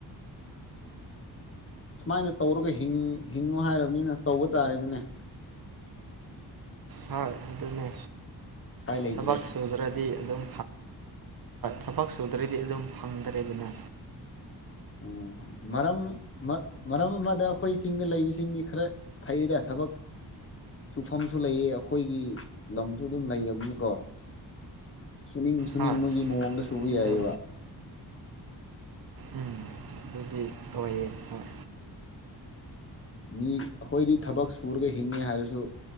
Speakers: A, on the left; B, on the right.
A: ꯁꯨꯃꯥꯏꯅ ꯇꯧꯔꯒ ꯍꯤꯡ ꯍꯤꯡꯉꯣ ꯍꯥꯏꯔꯕꯅꯤꯅ ꯇꯧꯕ ꯇꯥꯔꯦꯗꯅꯦ
B: ꯍꯣꯏ ꯑꯗꯨꯅꯦ
A: ꯎꯄꯥꯏ ꯂꯩꯇ꯭ꯔꯦ
B: ꯊꯕꯛ ꯁꯨꯗ꯭ꯔꯗꯤ ꯑꯗꯨꯝ ꯊꯕꯛ ꯁꯨꯗ꯭ꯔꯗꯤ ꯑꯗꯨꯝ ꯐꯪꯗ꯭ꯔꯦꯗꯅ
A: ꯎꯝ ꯃꯔꯝ ꯃꯔꯝ ꯑꯃꯗ ꯑꯩꯈꯣꯏ ꯆꯤꯡꯗ ꯂꯩꯕꯁꯤꯡꯒꯤ ꯈꯔ ꯐꯩꯗ ꯊꯕꯛ ꯁꯨꯐꯝꯁꯨ ꯂꯩꯌꯦ ꯑꯩꯈꯣꯏꯒꯤ ꯂꯝꯁꯨ ꯑꯗꯨꯝ ꯂꯩꯔꯕꯅꯤꯀꯣ ꯁꯨꯅꯤꯡ ꯁꯨꯅꯤꯡꯕꯒꯤ
B: ꯍꯣꯏ
A: ꯃꯑꯣꯡꯗ ꯁꯨꯕ ꯌꯥꯏꯑ‌ꯦꯕ
B: ꯑꯗꯨ ꯎꯝ ꯑꯗꯨꯗꯤ ꯑꫭꯏꯌ‌ꯦ ꯍꫭꯏ
A: ꯃꯤ ꯑꯩꯈꯣꯏꯗꯤ ꯊꯕꯛ ꯁꯨꯔꯒ ꯍꯤꯡꯉꯦ ꯍꯥꯏꯔꯁꯨ